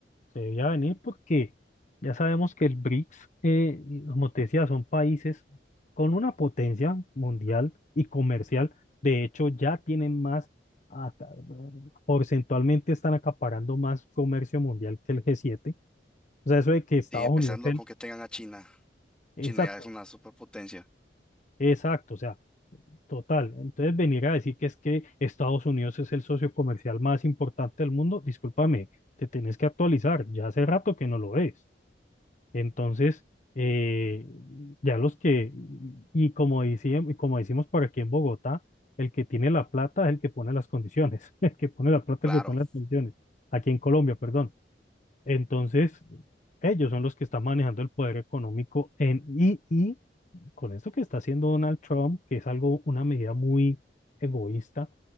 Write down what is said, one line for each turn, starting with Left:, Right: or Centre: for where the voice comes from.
Left: Se debe venir porque ya sabemos que el BRICS, eh, y como te decía, son países con una potencia mundial y comercial. De hecho, ya tienen más, aca- porcentualmente están acaparando más comercio mundial que el g siete O sea, eso de que Estados
Centre: Sí, empezando
Left: Unidos, el,
Centre: con que tengan a China.
Left: exacto,
Centre: China ya es una superpotencia.
Left: exacto. O sea, Total, entonces venir a decir que es que Estados Unidos es el socio comercial más importante del mundo, discúlpame, te tienes que actualizar, ya hace rato que no lo es. Entonces, eh, ya los que, y como decíamos, como decimos por aquí en Bogotá, el que tiene la plata es el que pone las condiciones, <laughs> el que pone la plata
Centre: Claro,
Left: es el que pone las condiciones, aquí en Colombia, perdón. Entonces, ellos son los que están manejando el poder económico en, y, y con eso que está haciendo Donald Trump, que es algo, una medida muy egoísta,